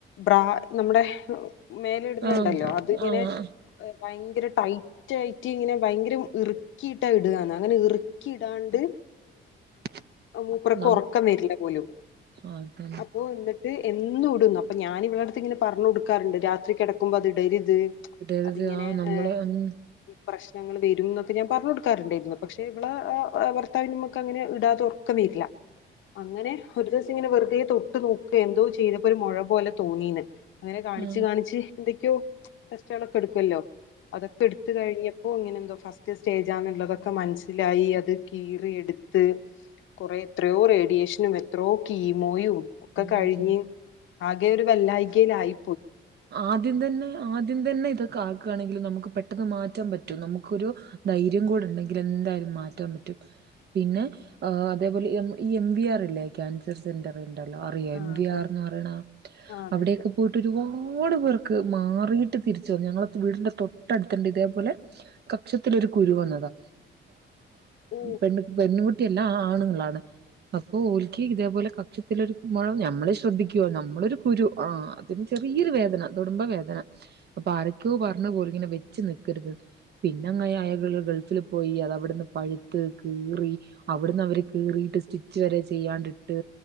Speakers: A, on the left; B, on the right.
A: ബ്രാ നമ്മുടെ മേലെ ഇടുന്നണ്ടല്ലോ
B: ആഹ്
A: അതിങ്ങനെ
B: ആഹ്
A: ഭയങ്കര ടൈറ്റായിട്ട് ഇങ്ങനെ ഭയങ്കര ഇറക്കിയിട്ടാ ഇട അങ്ങനെ ഇറക്കിയിടാണ്ട്
B: <inaudible>
A: മൂപ്പർക്ക്
B: നം
A: ഒറക്കം വരില്ല പോലും.
B: അതന്നെ
A: ആ പ്പോ എന്നിട്ട് എന്നും ഇടൂന്നു. അപ്പൊ ഞാൻ ഇവളടുത്ത് ഇങ്ങനെ പറഞ്ഞു കൊടുക്കാറ്ണ്ട് രാത്രി കെടക്കുമ്പോ അത് ഇടര് ത്
B: ഇടരുത്
A: അതിങ്ങനെ
B: ആ നമ്മളെ
A: ഏ
B: ഉം
A: പ്രശ്നങ്ങൾ വെരുംന്നൊക്കെ ഞാൻ പറഞ്ഞ് കൊടുക്ക് ക്കാറുണ്ടായിരുന്നു. പക്ഷെ ഇവള് ഭർത്താവിന് മ്മക്ക് അങ്ങനെ ഇടാതെ ഒറക്കം വരില്ല്യാ. അങ്ങനെ ഒരു ദിവസം ഇങ്ങനെ വെറുതെ തൊട്ട് നോക്കെ എന്തോ ചെയ്തപ്പോ ഒരു മൊഴ പോലെ തോന്നീന്ന്. അങ്ങനെ കാണിച്ച്,
B: ആഹ്
A: കാണിച്ച്, എന്തൊക്കെയോ ടെസ്റ്റളോക്കെ എടുക്കുല്ലോ. അതൊക്കെ എടുത്ത കഴിഞ് ഇപ്പൊ ഇങ്ങനെ എന്തോ ഫസ്റ്റ് സ്റ്റേജാന്നുള്ളതൊക്കെ മനസ്സിലായി. അത് കീറിയെടുത്ത് കുറെ എത്രയോ റേഡിയേഷനും, എത്രയോ കീമോയും
B: ആഹ്
A: ഒക്കെ കഴിഞ്ഞ് ആകെ ഒരു വെല്ലായികയിലായി.
B: ആദ്യം തന്നെ, ആദ്യം തന്നെ, ഇതൊക്കെ ആക്കണെങ്കിൽ നമുക്ക് പെട്ടെന്ന് മാറ്റാൻ പറ്റും. നമുക്കൊരു ധൈര്യം കൂടെ ഉണ്ടെങ്കിൽ എന്തായാലും മാറ്റാൻ പറ്റും. പിന്നെ ആ അതേപോലെ എ ഈ എം വി ആർല്ലേ ക്യാൻസർ സെന്റർ ണ്ടല്ലോ അറിയോ
A: ആ
B: എം വി
A: അതെ
B: ആറെന്നുറയണ
A: ആ അതെ
B: അവിടെക്ക
A: അതെ
B: പോ ഒരുപാട് പേർക്ക് മാറിട്ട് തിരിച്ചുന്നു ഞങ്ങള വീടിന്റെ തൊട്ടടുത്തണ്ട് ഇതേപോലെ കക്ഷ രു കുരു വന്നതാ.
A: ഓ
B: പെണ് പെണ്കുട്ടിയെല്ലാ ആണുങ്ങളാണ്. അപ്പൊ ഓൽക്കി ഇതേപോലെ കക്ഷത്തിലൊരു മുഴം, ഞമ്മള് ശ്രദ്ധിക്കുവൊ നമ്മളൊരു കുരു, ആ െ ചെറിയൊരു വേദന തൊടുുംബ വേദന അപ്പൊ ആരക്കോ പറഞ്ഞ പോലും ഇങ്ങനെ വെച്ച് നക്കരുത് പിന്നെ അങ്ങെ അയകള് ഗൾഫിൽ പോയി, അത് അവിടുന്ന് പഴുത്ത്, കീറി, അവിടുന്ന് അവര് കീറി ട്ട് സ്റ്റിച് വരെ ചെയ്യാണ്ടിട്ട്,